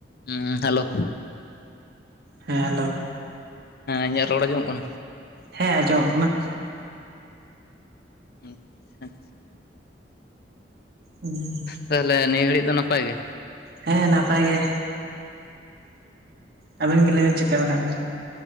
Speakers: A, on the left; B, on the right.
A: ᱦᱮᱸ ᱦᱮᱞᱳ᱾
B: ᱦᱮᱸ ᱦᱮᱞᱳ᱾
A: ᱦᱮᱸ ᱤᱧᱟᱹᱜ ᱨᱚᱲᱹ ᱟᱸᱡᱚᱢᱚᱼᱜ ᱠᱟᱱᱟ᱾
B: ᱦᱮᱸ ᱟᱸᱡᱚᱢᱚᱼᱜ ᱠᱟᱱᱟ᱾
A: <unintelligible>
B: ᱚ <inaudible>
A: ᱛᱟᱦᱚᱸᱞᱮ ᱱᱤᱭᱟᱹ ᱜᱷᱟᱹᱲᱤᱡ ᱫᱚ ᱱᱟᱯᱟᱼᱭ ᱜᱮ?
B: ᱦᱮᱸ ᱱᱟᱯᱟᱼᱭ ᱜᱮ᱾ ᱟᱹᱵᱤᱱ ᱜᱮ ᱞᱟᱹᱭᱵᱤᱱ ᱪᱤᱠᱟ ᱢᱮᱱᱟᱼᱜ ᱵᱤᱱᱟ?